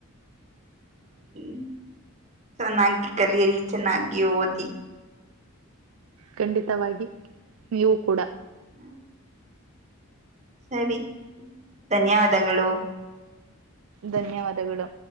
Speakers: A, on the right (about 70°); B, on the right (about 35°).
A: ಹ
B: ಹ್ಮ್ ಚೆನ್ನಾಗಿ ಕಲಿಯರಿ ಚೆನ್ನಾಗಿ ಓದಿ
A: ಖಂಡಿತವಾಗಿ ನೀವು ಕೂಡ
B: ಹ್ಮ್ ಸರಿ ಧನ್ಯವಾದಗಳು
A: ಧನ್ಯವಾದಗಳು